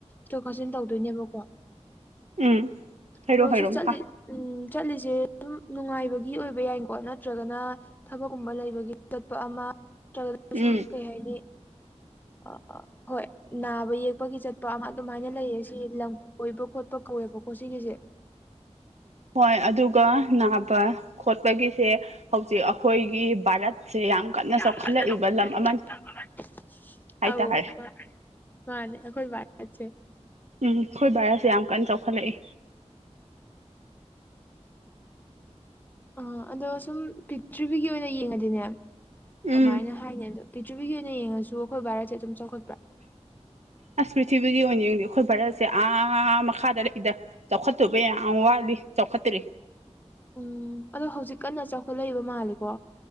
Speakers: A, on the left; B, on the right.
A: ꯊꯣꯛ ꯀꯥꯁꯤꯟ ꯇꯧꯗꯣꯏꯅꯦꯕꯀꯣ
B: ꯎꯝ ꯍꯥꯏꯔꯣ
A: ꯑꯗꯣ
B: ꯍꯥꯏꯔꯣ
A: ꯁꯤ
B: ꯃꯈꯥ
A: ꯆꯠꯂꯤ ꯎꯝ ꯆꯠꯂꯤꯁꯦ <unintelligible> ꯎꯝ ꯅꯨꯡꯉꯥꯏꯕꯒꯤ ꯑꯣꯏꯕ ꯌꯥꯏꯀꯣ ꯅꯠꯇ꯭ꯔꯥꯒꯅ ꯊꯕꯛꯀꯨꯝꯕ ꯂꯩꯕꯒꯤ ꯆꯠꯄ ꯑꯃ <unintelligible>
B: ꯎꯝ
A: ꯁꯨꯝ ꯀꯩ ꯍꯥꯏꯅꯤ ꯑꯥ ꯑꯥ ꯍꯣꯏ ꯅꯥꯕ ꯌꯦꯛ ꯄꯒꯤ ꯆꯠꯄ ꯑꯃ ꯑꯗꯨꯃꯥꯏꯅ ꯂꯩꯌꯦ ꯁꯤ ꯂꯝ ꯀꯣꯏꯕ ꯈꯣꯠꯄ ꯀꯧꯋꯦꯕꯀꯣ ꯁꯤꯒꯤꯁꯦ
B: ꯍꯣꯏ ꯑꯗꯨꯒꯥ ꯅꯥꯕ ꯈꯣꯠꯄꯒꯤꯁꯦ ꯍꯧꯖꯤꯛ ꯑꯈꯣꯏꯒꯤ ꯚꯥꯔꯠ ꯁꯦ ꯌꯥꯝ
A: ꯏꯔꯥꯡ
B: ꯆꯥꯎꯈꯠꯂꯛꯏꯕ
A: ꯀꯟꯅ ꯇꯧꯈꯠꯂꯛꯏꯕ
B: ꯂꯝ ꯑꯃꯅꯤ
A: <inaudible>
B: ꯍꯥꯏꯇꯥꯔꯦ
A: ꯑꯧ ꯍꯣꯏ ꯃꯥꯅꯦ ꯑꯈꯣꯏ ꯕꯥꯏ <unintelligible> ꯆꯦ
B: ꯎꯝ ꯑꯈꯣꯏ ꯚꯥꯔꯠꯁꯦ ꯌꯥꯝ ꯀꯟꯅ ꯆꯥꯎꯈꯠꯂꯛꯏ
A: ꯑꯥ ꯑꯗꯣ ꯁꯨꯝ ꯄ꯭ꯔꯤꯊꯤꯕꯤꯒꯤ ꯑꯣꯏꯅ ꯌꯦꯡꯉꯗꯤꯅꯦ
B: ꯎꯝ
A: ꯀꯃꯥꯏꯅ ꯍꯥꯏꯅꯤ ꯑꯗꯣ ꯄ꯭ꯔꯤꯊꯤꯕꯤꯒꯤ ꯑꯣꯏꯅ ꯌꯦꯉꯁꯨ ꯑꯈꯣꯏ ꯚꯥꯔꯠꯁꯦ ꯑꯗꯨꯝ ꯆꯥꯎꯈꯠꯄ꯭ꯔꯥ
B: ꯑꯁ ꯄ꯭ꯔꯤꯊꯤꯕꯤꯒꯤ ꯑꯣꯏꯅ ꯌꯦꯡꯉꯗꯤ ꯑꯈꯣꯏ ꯚꯥꯔꯠꯁꯦ ꯑꯥ ꯃꯈꯥꯗ ꯂꯩꯗ ꯆꯥꯎꯈꯠꯇꯣꯏꯕ ꯌꯥꯝ ꯋꯥꯠꯂꯤ ꯆꯥꯎꯈꯠꯇ꯭ꯔꯤ
A: ꯎꯝ ꯑꯗꯣ ꯍꯧꯖꯤꯛ ꯀꯟꯅ ꯆꯥꯎꯈꯠꯂꯛꯏꯕ ꯃꯥꯜꯂꯦꯀꯣ